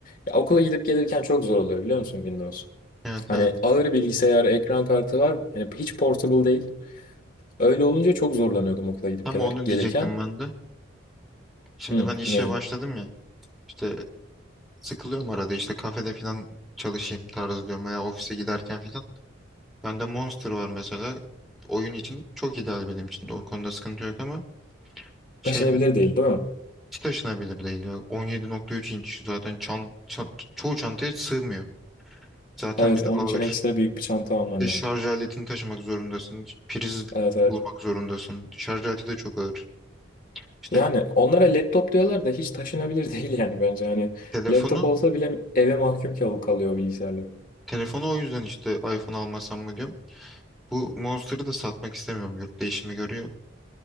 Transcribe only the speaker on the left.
Ya okula gidip gelirken çok zor oluyor biliyor musun Windows?
Hani
ağır bilgisayar, ekran kartı var. Hani hiç portable değil. Öyle olunca çok zorlanıyordum okula gidip
gelir,
gelirken.
Hı,
neyi?
Taşınabilir
değil, değil mi?
Evet,
onun
için ekstra büyük bir çanta alman
lazım.
Evet, evet.
Yani onlara laptop diyorlar da hiç taşınabilir <laughs> değil yani bence. Hani
laptop olsa bile eve mahkum kal- kalıyor bilgisayarlar.